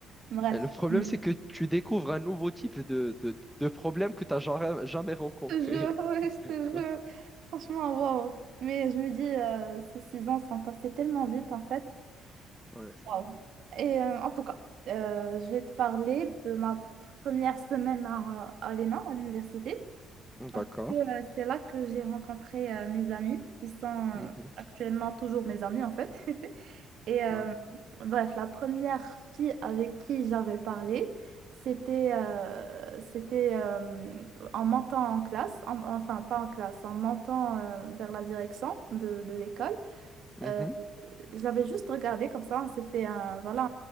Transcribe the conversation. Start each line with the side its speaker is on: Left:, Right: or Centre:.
Right: Bref,
Centre: Et le problème,
Right: hum,
Centre: c'est que tu découvres un nouveau type de, de, de problème que tu n'as jamais, jamais rencontré.
Right: je te jure, ouais, je te
Centre: <laughs>
Right: jure. Franchement, waouh. Mais je me dis, euh, ces six ans sont passés tellement vite en fait.
Centre: Ouais,
Right: Wow. Et euh, en tout cas, euh, je vais te parler de ma première semaine à, à l'ENA, à l'université,
Centre: D'accord.
Right: parce que euh, c'est là que j'ai rencontré euh, mes amis, qui sont euh,
Centre: Mhm.
Right: actuellement toujours mes amis en fait. <laughs> Et euh,
Centre: ouais.
Right: bref, la première fille avec qui j'avais parlé, c'était euh, c'était euh, en montant en classe, en- enfin pas en classe, en montant euh, vers la direction de de l'école.
Centre: Mhm.
Right: Euh, j'avais juste regardé comme ça, on s'est fait un, voilà,